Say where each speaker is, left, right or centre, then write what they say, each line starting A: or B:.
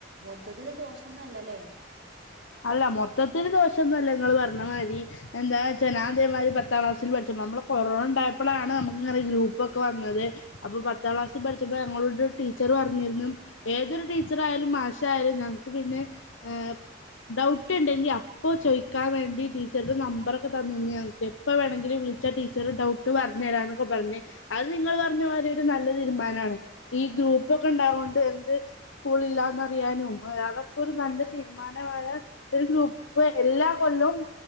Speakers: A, on the right; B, on the left.
A: മൊത്തത്തില് ദോഷൊന്നു അല്ലല്ലേ.
B: അല്ല മൊത്തത്തില് ദോഷോന്നുല്ല നിങ്ങള് പറഞ്ഞ മാതിരി എന്താ വച്ച ഞാതേമാരി പത്താം ക്ലാസില് പഠിച്ചപ്പോ നമ്മളെ കൊറോണ ഉണ്ടായപ്പളാണ് നമ്മക്ക് ഇങ്ങനെ ഗ്രൂപ്പൊക്കെ വന്നത്. അപ്പൊ പത്താം ക്ലാസ്സി പഠിച്ചപ്പോ ഞങ്ങളോട് ടീച്ചർ പറഞ്ഞിര്ന്നു. ഏതൊരു ടീച്ചർ ആയാലും മാഷായാലും ഞങ്ങക്ക് പിന്നെ. ഏഹ് ഡൗട്ട് ഉണ്ടെങ്കി അപ്പ ചോയ്ക്കാൻ വേണ്ടി ടീച്ചറുടെ നമ്പറൊക്കെ തന്നിന്ന് ഞങ്ങക്ക്. എപ്പ വേണങ്കിലും വിളിച്ചാ ടീച്ചറ് ടൗട്ട് പറഞേരാനൊക്കെ പറഞ്ഞ് അത് നിങ്ങൾ പറഞ്ഞ മാതിരി ഒരു നല്ല തീരുമാനമാണ് ഈ ഗ്രൂപ്പൊക്കെ ഇണ്ടായോണ്ട് എന്ത്. സ്കൂൾ ഇല്ലാന്ന് അറിയാനും അതൊക്കെ ഒരു നല്ല തീരുമാനമായ. ഒരു ഗ്രൂപ്പ് ഇപ്പൊ എല്ലാ കൊല്ലവും